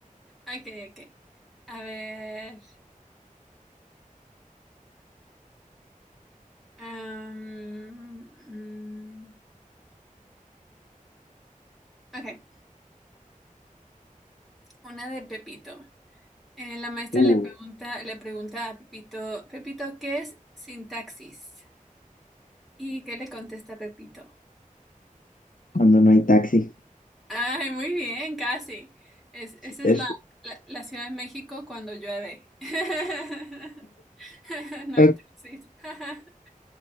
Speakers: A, in the centre; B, on the left (about 70°).
A: Ok, ok. A ver. am, mm, ok, una de Pepito. Eh, la maestra
B: Uh,
A: le pregunta, le pregunta a Pepito, Pepito, ¿qué es sintaxis? ¿Y qué le contesta Pepito?
B: cuando no hay taxi.
A: Ay, muy bien, casi. Es, esa
B: Es,
A: es la, la, la Ciudad de México cuando llueve. <laughs> No
B: ok,
A: hay taxis. <laughs>